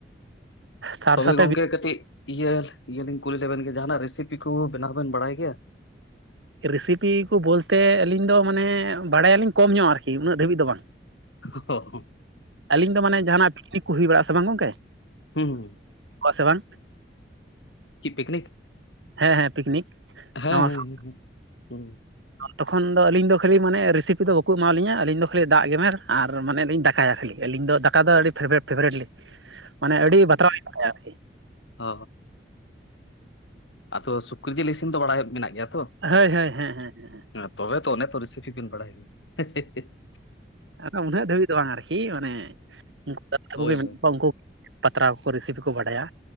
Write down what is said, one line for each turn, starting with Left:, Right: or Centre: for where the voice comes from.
Right: ᱛᱟᱨ
Left: ᱛᱚᱵᱮ
Right: ᱥᱟᱛᱮ
Left: ᱜᱚᱝᱠᱮ ᱠᱟᱹᱴᱤᱡ ᱤᱭᱟᱹ ᱤᱭᱟᱹ ᱞᱤᱧ ᱠᱩᱞᱤ ᱞᱮᱵᱮᱱ ᱜᱮ ᱡᱟᱦᱟᱱᱟᱜ ᱨᱮᱥᱤᱯᱤ ᱠᱚ ᱵᱮᱱᱟᱣ ᱵᱮᱱ ᱵᱟᱲᱟᱭ ᱜᱮᱭᱟ?
Right: ᱨᱮᱥᱤᱯᱤ ᱠᱚ ᱵᱚᱞᱛᱮ ᱟᱹᱞᱤᱧ ᱫᱚ ᱢᱟᱱᱮ ᱵᱟᱲᱟᱭᱟᱞᱤᱧ ᱠᱚᱢ ᱧᱚᱜ ᱟᱨᱠᱤ ᱩᱱᱟᱹᱜ ᱫᱷᱟᱹᱵᱤᱡ ᱫᱚ ᱵᱟᱝ᱾
Left: ᱚᱦᱚ ᱚ
Right: ᱟᱹᱞᱤᱧ ᱫᱚ ᱢᱟᱱᱮ ᱡᱟᱦᱟᱱᱟᱜ ᱯᱤᱠᱱᱤᱠ ᱠᱚ ᱦᱩᱭ ᱵᱟᱲᱟᱜ-ᱟ ᱥᱮ ᱵᱟᱝ ᱜᱚᱝᱠᱮ,
Left: ᱦᱩᱸ ᱦᱩᱸ᱾
Right: <inaudible> ᱥᱮ ᱵᱟᱝ,
Left: ᱠᱤ ᱯᱤᱠᱱᱤᱠ
Right: ᱦᱮᱸ ᱦᱮᱸ ᱯᱤᱠᱱᱤᱠ᱾
Left: ᱦᱮᱸ
Right: ᱱᱟᱣᱟ
Left: ᱦᱮᱸ
Right: ᱥᱟᱶ
Left: ᱦᱮᱸ ᱦᱮᱸ ᱦᱩᱸ
Right: ᱛᱚᱠᱷᱚᱱ ᱫᱚ ᱟᱹᱞᱤᱧ ᱫᱚ ᱠᱷᱟᱹᱞᱤ ᱢᱟᱱᱮ ᱨᱮᱥᱤᱯᱤ ᱫᱚ ᱵᱟᱠᱚ ᱮᱢᱟᱞᱤᱧᱟ ᱟᱹᱞᱤᱧ ᱫᱚ ᱠᱷᱟᱹᱞᱤ ᱫᱟᱜ ᱜᱮᱢᱮᱨ ᱟᱨ ᱢᱟᱱᱮ ᱞᱤᱧ ᱫᱟᱠᱟᱭᱟ ᱠᱷᱟᱹᱞᱤ᱾ ᱟᱹᱞᱤᱧ ᱫᱚ ᱫᱟᱠᱟ ᱫᱚ ᱟᱹᱰᱤ ᱯᱷᱮᱵᱟᱨᱮᱴ ᱯᱷᱮᱵᱟᱨᱮᱴᱞᱤ ᱢᱟᱱᱮ ᱟᱹᱰᱤ ᱵᱟᱛᱨᱟᱣ ᱞᱤᱧ ᱫᱟᱠᱟᱭᱟ ᱟᱨᱠᱤ᱾
Left: ᱚ ᱟᱫᱚ ᱥᱩᱠᱨᱤ ᱡᱤᱞ ᱤᱥᱤᱱ ᱫᱚ ᱵᱟᱲᱟᱭ ᱢᱮᱱᱟᱜ ᱜᱮᱭᱟ ᱛᱚ?
Right: ᱦᱳᱭ ᱦᱳᱭ ᱦᱮᱸ ᱦᱮᱸ ᱦᱮᱸ᱾
Left: ᱛᱚᱵᱮ ᱛᱚ ᱚᱱᱮ ᱛᱚ ᱨᱤᱥᱤᱯᱷᱤ ᱵᱤᱱ ᱵᱟᱲᱟᱭ ᱜᱮᱭᱟ ᱾
Right: ᱟᱫᱚ ᱩᱱᱟᱹᱜ ᱫᱷᱟᱹᱵᱤᱡ ᱫᱚ ᱵᱟᱝ ᱟᱨᱠᱤ ᱢᱟᱱᱮ ᱩᱱᱠᱩ ᱜᱟᱛᱮ
Left: ᱦᱳᱭ
Right: ᱠᱚᱜᱮ ᱢᱮᱱᱟᱜ
Left: ᱦᱳᱭ
Right: ᱠᱚᱣᱟ ᱩᱱᱠᱩ ᱯᱟᱛᱲᱟᱣ ᱠᱚ ᱨᱮᱥᱤᱯᱤ ᱠᱚ ᱵᱟᱰᱟᱭᱟ᱾